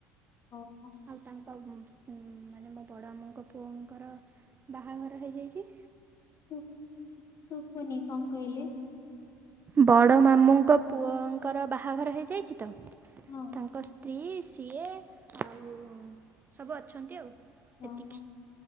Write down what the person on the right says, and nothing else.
ଆଉ ତା ନ୍ତ ଉଁ ମାନେ ମୋ ବଡ଼ ମାମୁଁଙ୍କ ପୁଅଙ୍କର ବାହାଘର ହେଇଯାଇଚି।
ବଡ ମାମୁଁଙ୍କ ପୁଅଙ୍କର ବାହାଘର ହେଇଯାଇଚି ତ।
ତାଙ୍କ ସ୍ତ୍ରୀ ସିଏ ଆଉ ସବୁ ଅଛନ୍ତି ଆଉ। ଏତିକି।